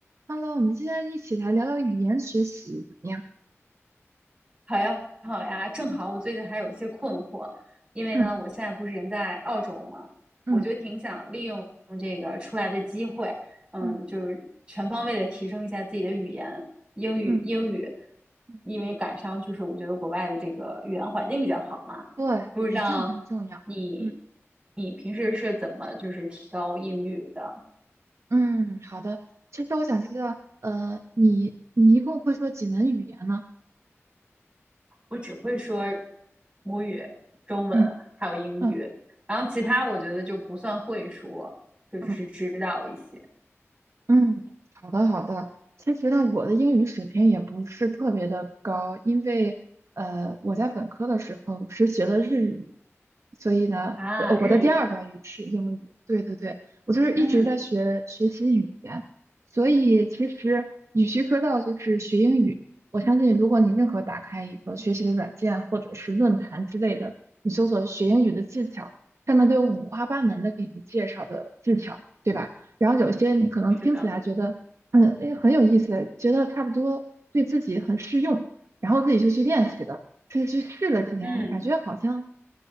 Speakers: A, on the right; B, on the right.
A: Hello，我们今天一起来聊聊语言学习怎么样？
B: 好呀，好呀，正好我最近还有一些困惑，因为呢，
A: 嗯
B: 我现在不是人在澳洲嘛，
A: 嗯
B: 我就挺想利用这个出来的机会，嗯，
A: 嗯
B: 就是全方位的提升一下自己的语言，英语，
A: 嗯
B: 英语，
A: 嗯
B: 因为赶上就是我觉得国外的这个语言环境比较好嘛，
A: 对，
B: 不知道你
A: 语境很重要。嗯
B: 你平时是怎么就是提高英语的？
A: 嗯，好的。其实我想知道，呃，你你一共会说几门语言呢？
B: 我只会说母语、中文还有英语，
A: 嗯嗯
B: 然后其他我觉得就不算会说，就只是知道一些
A: 嗯嗯，好的好的。其实呢，我的英语水平也不是特别的高，因为呃，我在本科的时候是学的日语，所以呢，
B: 啊。
A: 对我的第二外语是英语。
B: 日语，
A: 对对对，我就是一直在学学习语言，
B: 嗯，
A: 所以其实与其说到就是学英语，我相信如果你任何打开一个学习的软件或者是论坛之类的，你搜索学英语的技巧，上面都有五花八门的给你介绍的技巧，对吧？然后有些你可能听起来觉得，
B: 是的，
A: 嗯，哎，很有意思，觉得差不多对自己很适用，然后自己就去练习了，是去试了几年，
B: 嗯，
A: 感觉好像